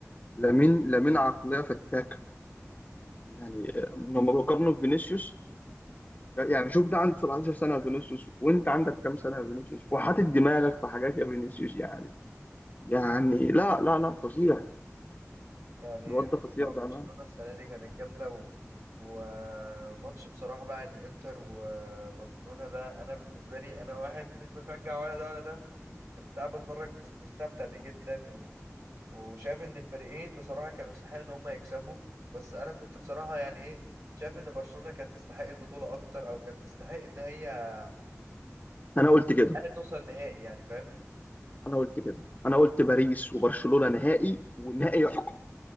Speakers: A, on the left (about 30°); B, on the right (about 70°).
A: لامين لامين عقلية فتاكة يعني آه، لما بقارنه بفينيسيوس يعني شوف ده عنده 17 سنة يا فينيسيوس وانت عندك كام سنة يا فينيسيوس وحاطط دماغك في حاجات يا فينيسيوس يعني يعني لا لا لا فظيع
B: يعني
A: الواد
B: بصراحة
A: ده فظيع بأمانة
B: برشلونه السنه دي كانت جامده و... وماتش بصراحه بقى الانتر وبرشلونه ده انا بالنسبه لي انا واحد مش بشجع ولا ده ولا ده كنت كنت قاعد بتفرج كنت مستمتع بيه جدا و... وشايف ان الفريقين بصراحه كانوا يستحقوا ان هم يكسبوا بس انا كنت بصراحه يعني ايه شايف ان برشلونه كانت تستحق البطوله اكتر او كانت تستحق ان هي على
A: أنا قلت كده
B: الأقل توصل نهائي يعني فاهم
A: أنا قلت كده أنا قلت باريس وبرشلونة نهائي والنهائي يحكم